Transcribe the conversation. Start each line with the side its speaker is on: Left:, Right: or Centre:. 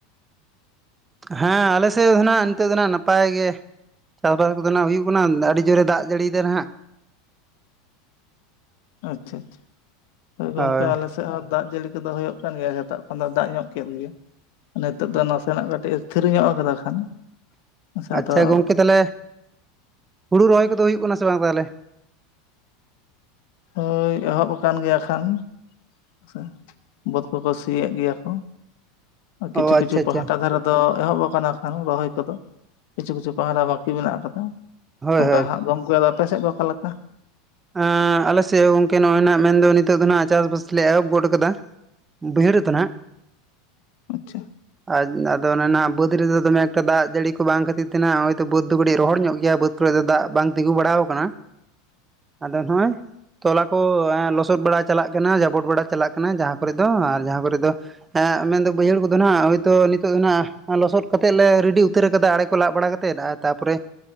Right: ᱦᱮᱸ ᱟᱞᱮ ᱥᱮᱜ ᱦᱚᱱᱟᱜ ᱱᱤᱛᱚᱜ ᱫᱚ ᱱᱟᱜ ᱱᱟᱯᱟᱭ ᱜᱮ᱾ ᱪᱟᱥ ᱵᱟᱥ ᱠᱚᱫᱚ ᱱᱟᱜ ᱦᱩᱭᱩᱜ ᱠᱟᱱᱟ ᱟᱹᱰᱤ ᱡᱳᱨᱮ ᱫᱟᱜ ᱡᱟᱹᱲᱤᱭᱫᱟ ᱱᱟᱜ᱾
Left: ᱟᱪᱪᱷᱟ ᱟᱪᱪᱷᱟ, ᱦᱚᱭ
Right: ᱦᱳᱭ
Left: ᱜᱚᱝᱠᱮ ᱟᱞᱮ ᱥᱮᱜ ᱦᱟᱜ ᱫᱟᱜ ᱡᱟᱹᱲᱤ ᱠᱚᱫᱚ ᱦᱳᱭᱳᱜ ᱠᱟᱱ ᱜᱮᱭᱟ ᱥᱮᱛᱟᱜ ᱠᱷᱚᱱ ᱫᱚ ᱫᱟᱜ ᱧᱚᱜ ᱠᱮᱫ ᱜᱮᱭᱟ᱾ ᱱᱤᱛᱚᱜ ᱫᱚ ᱱᱟᱥᱮᱱᱟᱜ ᱠᱟᱹᱴᱤᱡ ᱮ ᱛᱷᱤᱨ ᱧᱚᱜ ᱠᱟᱫᱟ ᱠᱷᱟᱱ, ᱦᱮᱸᱥᱮ ᱟᱫᱚ
Right: ᱟᱪᱪᱷᱟ ᱜᱚᱝᱠᱮ ᱛᱟᱞᱮ ᱦᱩᱲᱩ ᱨᱚᱦᱚᱭ ᱠᱚᱫᱚ ᱦᱩᱭᱩᱜ ᱠᱟᱱᱟ ᱥᱮ ᱵᱟᱝ ᱛᱟᱞᱦᱮ?
Left: ᱦᱳᱭ ᱮᱦᱚᱵ ᱠᱟᱱ ᱜᱮᱭᱟ ᱠᱷᱟᱱ ᱪᱟ ᱵᱟᱹᱫᱽ ᱠᱚᱠᱚ ᱥᱤᱭᱮᱜ ᱜᱮᱭᱟ ᱠᱚ ᱠᱤᱪᱷᱩ
Right: ᱚ
Left: ᱠᱤᱪᱷᱩ
Right: ᱟᱪᱪᱷᱟ ᱟᱪᱪᱷᱟ
Left: ᱯᱟᱦᱟᱴᱟ ᱫᱷᱟᱨᱮ, ᱛᱚ ᱮᱦᱚᱵ ᱠᱟᱱᱟ ᱮᱠᱷᱟᱱ ᱨᱚᱦᱚᱭ ᱠᱚᱫᱚ ᱠᱤᱪᱷᱩ ᱠᱤᱪᱷᱩ ᱯᱟᱦᱨᱟ ᱵᱟᱠᱤ ᱢᱮᱱᱟᱜ ᱠᱟᱫᱟ᱾
Right: ᱦᱳᱭ
Left: ᱚᱝᱠᱟ
Right: ᱦᱳᱭ
Left: ᱦᱟᱸᱜ, ᱜᱚᱝᱠᱮ ᱟᱫᱚ ᱟᱯᱮ ᱥᱮᱜ ᱫᱚ ᱚ ᱚᱠᱟᱞᱮᱠᱟ?
Right: ᱮᱸ ᱟᱞᱮᱜ ᱦᱚᱸ ᱜᱚᱝᱠᱮ ᱱᱚᱜ-ᱚᱭ ᱱᱟᱜ ᱢᱮᱱᱫᱚ ᱱᱤᱛᱚᱜ ᱫᱚ ᱱᱟᱜ ᱪᱟᱥᱵᱟᱥ ᱞᱮ ᱮᱦᱚᱵ ᱜᱚᱫ ᱠᱟᱫᱟ ᱵᱟᱹᱭᱦᱟᱹᱲ ᱨᱮ ᱫᱚ ᱱᱟᱜ,
Left: ᱟᱪᱪᱷᱟ
Right: ᱟᱡ ᱟᱫᱚ ᱚᱱᱟᱮ ᱱᱟᱜ ᱵᱟᱹᱫᱽ ᱨᱮᱫᱚ ᱫᱚᱢᱮ ᱮᱠᱴᱟ ᱫᱟᱜ ᱡᱟᱹᱲᱤ ᱠᱚ ᱵᱟᱝ ᱠᱷᱟᱹᱛᱤᱨ ᱛᱮ ᱦᱟᱜ ᱵᱟᱹᱫᱽ ᱫᱚ ᱠᱟᱹᱴᱤᱡ ᱨᱚᱦᱚᱲ ᱧᱚᱜ ᱜᱮᱭᱟ᱾ ᱵᱟᱹᱫᱽ ᱠᱚᱨᱮ ᱫᱚ ᱫᱟᱜ ᱵᱟᱝ ᱛᱤᱜᱩ ᱵᱟᱲᱟᱣ ᱠᱟᱱᱟ᱾ ᱟᱫᱚ ᱱᱚᱜ-ᱚᱭ ᱛᱚᱞᱟ ᱠᱚ ᱮᱸ ᱞᱚᱥᱚᱫ ᱵᱟᱲᱟ ᱪᱟᱞᱟᱜ ᱠᱟᱱᱟ ᱡᱟᱵᱚᱴ ᱵᱟᱲᱟ ᱪᱟᱞᱟᱜ ᱠᱟᱱᱟ ᱡᱟᱦᱟᱸ ᱠᱚᱨᱮ ᱫᱚ ᱟᱨ ᱡᱟᱦᱟᱸ ᱠᱚᱨᱮ ᱫᱚ ᱮᱸ ᱢᱮᱱᱫᱚ ᱵᱟᱹᱭᱦᱟᱹᱲ ᱠᱚᱫᱚ ᱱᱟᱜ ᱦᱳᱭᱛᱳ ᱱᱤᱛᱚᱜ ᱫᱚ ᱞᱚᱥᱚᱫ ᱠᱟᱛᱮᱫ ᱞᱮ ᱨᱮᱰᱤ ᱩᱛᱟᱹᱨ ᱠᱟᱫᱟ ᱟᱲᱮ ᱠᱚ ᱞᱟᱜ ᱵᱟᱲᱟ ᱠᱟᱛᱮᱫ ᱟᱛ ᱛᱟᱯᱚᱨᱮ